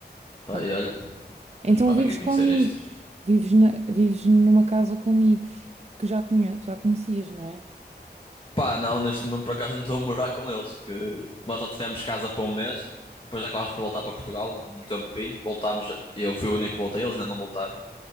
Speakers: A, on the left; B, on the right.
A: Pá,
B: Ok.
A: e olha,
B: Então
A: mas pá,
B: vives
A: que é conhecer
B: com amigos.
A: isto.
B: Vives, na, vives numa casa com amigos que já, conhe, já conhecias, não é?
A: Pá, não, neste momento por acaso não estou a morar com eles, que que nós já tivemos casa para um mês, depois acabámos por voltar para Portugal um tempinho, voltámos, eu fui o único que voltei, eles ainda não voltaram.